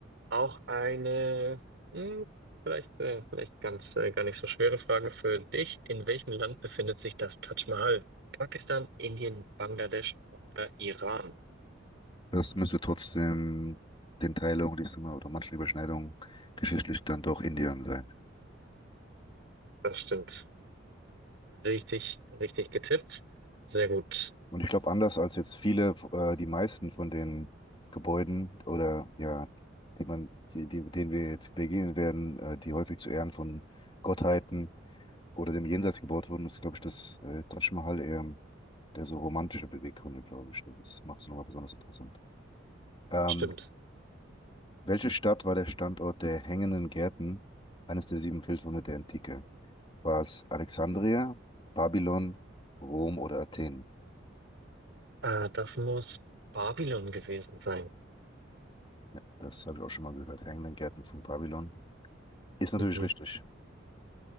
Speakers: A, on the right (about 60°); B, on the left (about 25°).
A: Auch eine, hm, vielleicht, äh, vielleicht ganz, äh, gar nicht so schwere Frage für dich. In welchem Land befindet sich das Taj Mahal? Pakistan, Indien, Bangladesch oder Iran?
B: Das müsste trotzdem den Teilungen, die es immer oder manchen Überschneidungen geschichtlich dann doch Indien sein.
A: Das stimmt. Richtig, richtig getippt. Sehr gut.
B: Und ich glaube, anders als jetzt viele, äh, die meisten von den Gebäuden oder ja, die man, die, die, denen wir jetzt begegnen werden, äh, die häufig zu Ehren von Gottheiten oder dem Jenseits gebaut wurden, ist, glaube ich, das äh, Taj Mahal eher der so romantische Beweggründe, glaube ich. Das macht es nochmal besonders interessant. Ähm,
A: Stimmt.
B: welche Stadt war der Standort der hängenden Gärten, eines der sieben Felswunder der Antike? War es Alexandria, Babylon, Rom oder Athen?
A: Äh, das muss Babylon gewesen sein.
B: Ja, das habe ich auch schon mal gehört. Hängenden Gärten von Babylon. Ist natürlich
A: Mhm.
B: richtig.